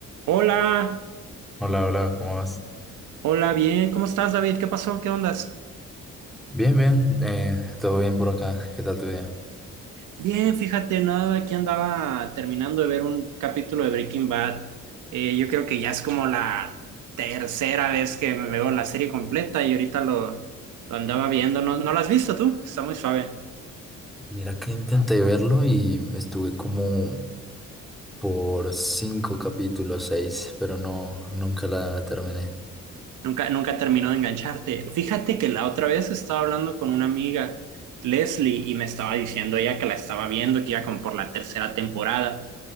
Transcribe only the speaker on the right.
Hola,
hola, bien, ¿cómo estás, David? ¿Qué pasó? ¿Qué ondas?
Bien, fíjate, nada, aquí andaba terminando de ver un capítulo de Breaking Bad. Eh, yo creo que ya es como la tercera vez que me veo la serie completa y ahorita lo, lo andaba viendo. ¿No, no la has visto tú? Está muy suave.
Nunca, nunca terminó de engancharte. Fíjate que la otra vez estaba hablando con una amiga, Leslie, y me estaba diciendo ella que la estaba viendo, que iba como por la tercera temporada.